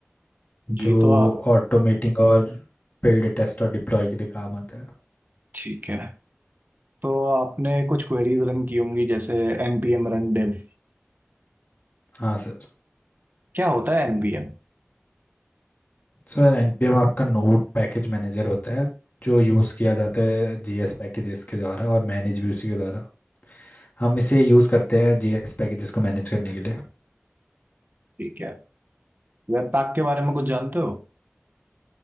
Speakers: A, on the left; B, on the right.
A: जो
B: जी तो आप
A: ऑटोमेटिंग और बिल्ड टेस्ट और डिप्लॉय के लिए काम आता है
B: ठीक है तो आपने कुछ क्वेरीज रन की होंगी जैसे npm run dev
A: हाँ सर
B: क्या होता है npm
A: सर एनपीएम आपका नोड पैकेज मैनेजर होता है जो यूज़ किया जाता है जीएस पैकेजेस के द्वारा और मैनेज भी उसी के द्वारा हम इसे यूज़ करते हैं जीएस पैकेजेस को मैनेज करने के लिए
B: ठीक है वेब पैक के बारे में कुछ जानते हो